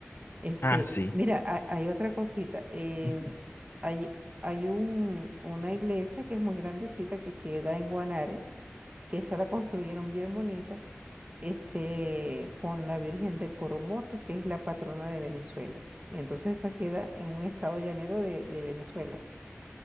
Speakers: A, on the right; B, on the left.
A: Este,
B: Ah, sí.
A: mira, ha- hay, otra cosita, em,
B: Ujú,
A: hay, hay un, una iglesia que es muy grandecita que queda en Guanare, que esa la construyeron bien bonita, este, con la Virgen del Coromoto, que es la patrona de Venezuela. Entonces esa queda en un estado llanero de de Venezuela.